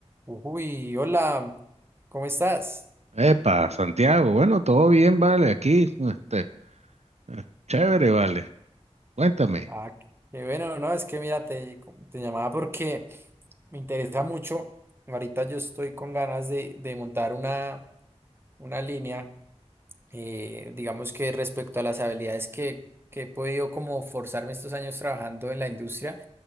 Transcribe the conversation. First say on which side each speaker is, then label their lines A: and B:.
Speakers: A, on the right; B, on the right.
A: Uy, hola, ¿cómo estás?
B: Epa, Santiago, bueno, todo bien, vale, aquí, este, eh, chévere, vale, cuéntame.
A: Ah, qué bueno, no, es que mira, te, te llamaba porque me interesa mucho. Ahorita yo estoy con ganas de, de montar una, una línea, eh, digamos que respecto a las habilidades que, que he podido como forzarme estos años trabajando en la industria,